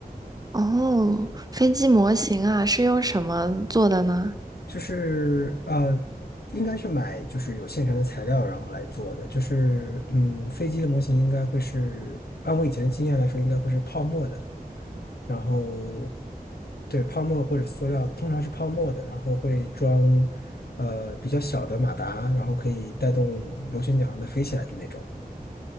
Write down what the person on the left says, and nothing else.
就是呃，应该是买就是有现成的材料，然后来做的。就是嗯，飞机的模型应该会是，按我以前的经验来说，应该会是泡沫的。然后对泡沫或者塑料的，通常是泡沫的，然后会装呃比较小的马达，然后可以带动螺旋桨让它飞起来的那种。